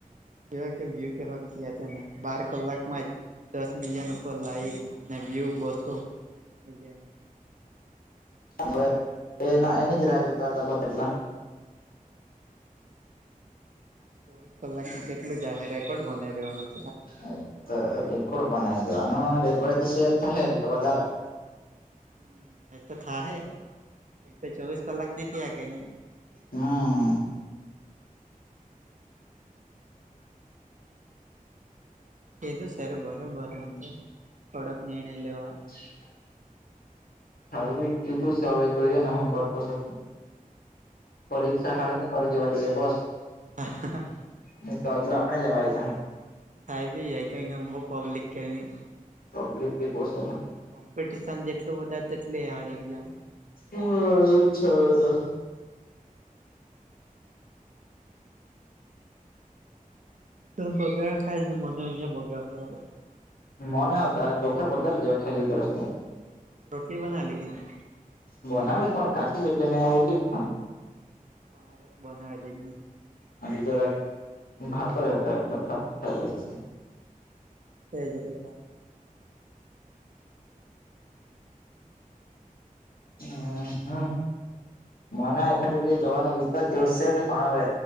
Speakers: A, on the right; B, on the left.
A: કેવાયકે, વ્યૂ કેવાક ગીયા તેને. બાર કલાકમાં જ, દસ મિલિયન ઉપર લાઈક અને વ્યુ, બસો મિલિયન.
B: બાબર. એના એની જ રાહ જોતા હતા બધા એટલે.
A: ચોવીસ કલાકમાં કેટલું જાહે રેકોર્ડ બનાવી દેવાનો.
B: એજ તો રેકોર્ડ બનાવી દેવાનો. રેકોર્ડ તો શેર થાહે. તો વધારે
A: હમ્મ એ તો થાહે. પહી તો ચોવીસ કલાક ની થયા કે‌ ની.
B: હમ્મ.
A: કીધું સરે બરાબર એમ તો કડક નિર્ણય લેવા.
B: <inaudible> હર્વિક કીધું છે હવે. જોઈએ ને હું કરતો છે. પરીક્ષા હારાની કેવા જોઈએ બસ.
A: હ હ હા.
B: ની તો હજુ આપણે લેવાય જાય હ.
A: થાય ભી જાય. કેમ કે, બો પબ્લિક કેની.
B: પબ્લિકભી બો સરસ.
A: કોમ્પિટિશન જેટલું વધારે, તેટલી હાર્ડ એક્ઝામ.
B: હ. એવું જ છે હવે‌ તો.
A: તુ બગાસા ખાયને મને અહયા બગાસા આવે.
B: મને આવતા હે આ ચોખા વધારે જેવા ખાઈ લીધેલા છે.
A: રોટીલી બનાવલી કે ની?
B: બનાવેલી પણ કાચી જ એટલે મેં આછી જ ખામ.
A: અમારે તો બનાવેલુ ની.
B: હજુ જરાક ખાતો જ હતો. ભાત ખાઈ લીધુ.
A: તેજ રે
B: હ હ. મને એખાદ જગ્યાએ જવાનો વિચાર જેવો છે રે. પણ હવે,